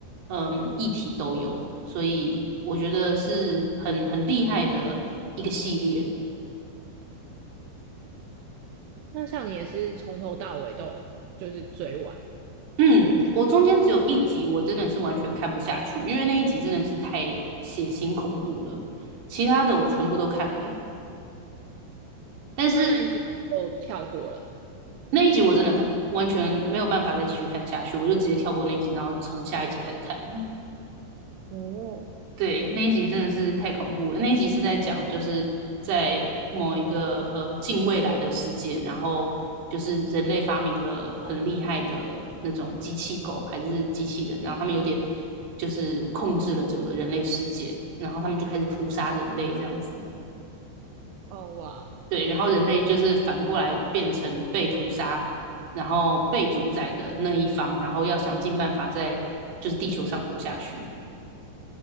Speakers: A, on the right; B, on the right.
A: 嗯，议题都有。所以我觉得是很很厉害的一个系列。
B: 那像你也是从头到尾都有就是追完。
A: 嗯，我中间只有一集，我真的是完全看不下去，因为那一集真的是太血腥恐怖了。其他的我全部都看了，但是。
B: 那那一集就跳过了。
A: 那一集我真的看完全没有办法再继续看下去，我就直接跳过那一集，然后从下一集开始看了。
B: 哦，
A: 对，那一集真的是太恐怖了。那一集是在讲就是在某一个呃近未来的世界，然后就是人类发明了很厉害的那种机器狗还是机器人，然后他们有点就是控制了整个人类世界，然后他们就开始屠杀人类这样子。
B: 哦哇，
A: 对，然后人类就是反过来变成被屠杀，
B: 嗯，
A: 然后被主宰的那一方，然后要想尽办法在就是地球上活下去。